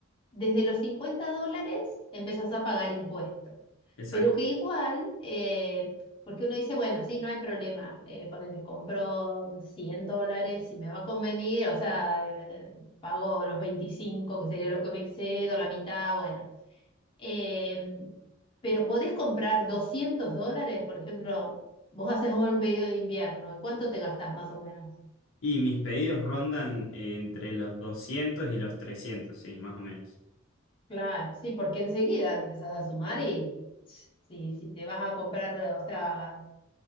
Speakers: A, on the left (about 25°); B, on the left (about 65°).
A: desde los 50 dólares empezás a pagar impuestos.
B: Exacto.
A: Pero que igual, eh, porque uno dice, bueno, sí, no hay problema, eh, ponele, compro 100 dólares si me va a convenir, o sea, eh, pago los 25 que sería lo que me excedo, la mitad, bueno. Eh, pero podés comprar 200 dólares, por ejemplo, vos haces un pedido de invierno, ¿y cuánto te gastás más o menos?
B: Y mis pedidos rondan eh, entre los 200 y los 300 sí, más o menos.
A: Claro, sí, porque enseguida empezás a sumar y si, si te vas a comprar, o sea,